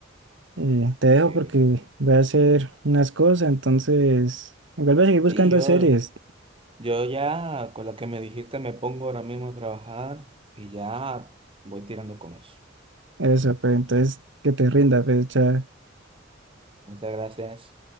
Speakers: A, on the right; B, on the right.
A: eh, te dejo
B: Sí,
A: porque
B: sí, sí.
A: voy a hacer unas cosas, entonces igual voy a seguir buscando
B: Sí, yo
A: series.
B: Yo ya con la que me dijiste me pongo ahora mismo a trabajar y ya voy tirando con eso.
A: Eso, pues entonces que te rinda, pues, chao.
B: Muchas gracias.